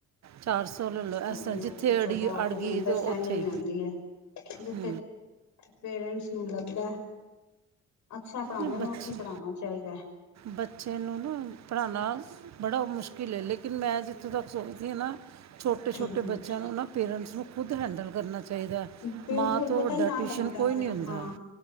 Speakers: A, on the right; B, on the left.
A: ਚਾਰ ਸੌ ਲੈ ਲਓ ਇਸ
B: ਇਹ
A: ਤ ਜਿੱਥੇ
B: ਤੇ ਚਲੋ
A: ਅੜੀ
B: ਆਪਣੀ
A: ਅੜ ਗਈ
B: ਅੰਡਰਸਟੈਂਡਿੰਗ
A: ਤੇ ਉੱਥੇ
B: ਹੀ ਹੁੰਦੀ ਹੈ ਜਿੱਥੇ
A: ਹੁ।
B: ਪੇਰੈਂਟਸ ਨੂੰ ਲੱਭਦਾ ਅੱਛਾ ਪੜ੍ਹਾਉਂਦੇ
A: ਇਹ
B: ਨੇ
A: ਬੱਚੇ
B: ਉੱਥੇ ਪੜਾਉਣਾ ਚਾਹੀਦਾ ਹੈ।
A: ਬੱਚੇ ਨੂੰ ਨਾ ਪੜ੍ਹਾਉਣਾ ਬੜਾ ਮੁਸ਼ਕਿਲ ਹੈ ਲੇਕ ਲੇਕਿਨ ਮੈਂ ਜਿੱਥੋਂ ਤੱਕ ਸੋਚਦੀ ਹਾਂ ਨਾ ਛੋਟੇ
B: ਹੂੰ
A: ਛੋਟੇ
B: ਹੂੰ
A: ਬੱਚਿਆਂ ਨੂੰ ਨਾ ਪੇਰੈਂਟਸ ਨੂੰ ਖੁਦ ਹੈਂਡਲ ਕਰਨਾ ਚਾਹੀਦਾ।
B: ਬਿਲਕੁਲ
A: ਮਾਂ ਤੋਂ
B: ਪਤਾ
A: ਵੱਡਾ
B: ਹੀ ਤਾਂ
A: ਟਿਊਸ਼ਨ
B: ਲੱਗਦਾ
A: ਕੋਈ
B: ਹੈ
A: ਨਹੀਂ ਹੁੰਦਾ
B: ਹਾਂ।